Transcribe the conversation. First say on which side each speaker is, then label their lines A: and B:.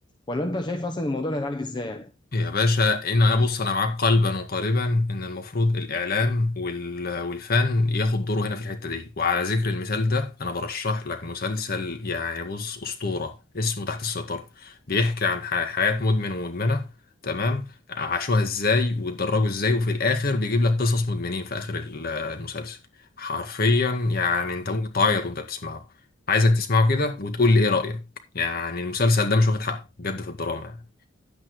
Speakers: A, on the left; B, on the left.
A: ولا انت شايف اصلا الموضوع ده هيتعالج ازاي يعني
B: يا باشا ان انا بص انا معاك قلبا وقالبا ان المفروض الاعلام وال... والفن ياخد دوره هنا في الحته دي وعلى ذكر المثال ده انا برشح لك مسلسل يعني بص اسطوره اسمه تحت السيطره بيحكي عن ح... حياه مدمن ومدمنه تمام عاشوها ازاي واتدرجوا ازاي وفي الاخر بيجيب لك قصص مدمنين في اخر ال- المسلسل حرفيا يعني انت ممكن تعيط وانت بتسمعه عايزك تسمعه كده وتقول لي ايه رايك يعني المسلسل ده مش واخد حقه بجد في الدراما يعني.